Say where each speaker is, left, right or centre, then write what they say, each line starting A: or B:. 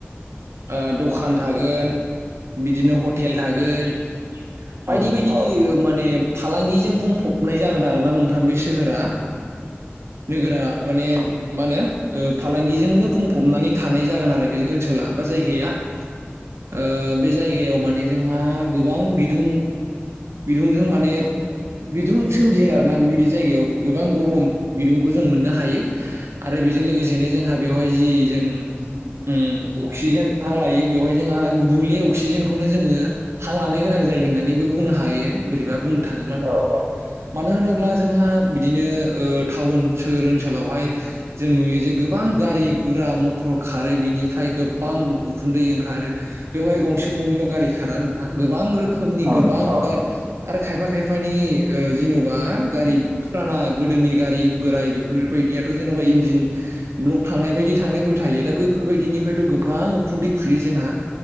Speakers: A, on the right; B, on the right.
A: ओ दखान थागोन बिदिनो हटेल थागोन बायदि
B: औ
A: बायद दिर माने फालांगिजों बुंफबनाय जागोन आरो ना नोंथां बे सोहोरा। नोगोरा माने मा होनो ओ फालांगिजोंनो बुंफबनानै थानाय जागोन आरो बे ओनसोला बा जायगाया ओ बे जायगायाव माने जोंहा गोबां बिदुं बिदुंजों माने बिदुं सोमजियो आरोना बेबायदि जायगायाव। गोबां गरम बिदुंखौ जों मोननो हायो आरो बेजों लोगोसेनो जोंहा बेवहाय जि जों उम अक्सिजेन हां लायो बेवहाय जोंहा गुबुंले अक्सिजेनखौनो जोङो हां लानो गोनां जायो होननानैबो बुंनो हायो बोरैबा बुंनो थाङोब्ला औ ओं मानो होनोब्ला जोंहा बिदिनो ओ टाउन सोहोर ओनसोलाव हाय जों नुयो जे गोबां गारि गुरा म टर खारो बिनिफ्राय गोबां उखुन्दै ओंखारो। बेवहाय गंसे गंनैल' गारि खारा नोंथां गोबां रोखोमनि
B: औ
A: गोबां
B: नंगौ।
A: गार आरो खायफा खायफानि ओ जेन'बा गारिब फुराना गोदोनि गारि बोराइ बेफोर बायदियाथ' जेन'बा इन्जिन ब्लक थांनाय बायदि थांनायफोर थायो दा बैफोर बायदिनिफायथ' गोबां उखुन्दै खुयो जोंहा